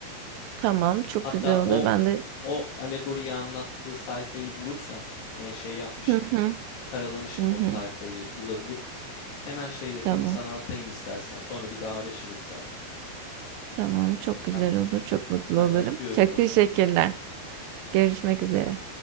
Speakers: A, on the right (about 80°); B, on the left (about 70°).
A: Tamam, çok
B: Hatta
A: güzel olur.
B: o
A: Ben de
B: o alegoriyi anlattığı sayfayı bulursam e, şey yapmıştım.
A: hı hı
B: Karalamıştım
A: hı hı.
B: o sayfayı bulabilirim. Hemen şey yapayım,
A: Tamam.
B: sana atayım istersen. Sonra bir daha araşırız zaten.
A: Tamam, çok güzel
B: Tamam?
A: olur. Çok mutlu
B: Hadi
A: olurum.
B: atıyorum
A: Çok
B: o
A: teşekkürler.
B: zaman.
A: Görüşmek üzere.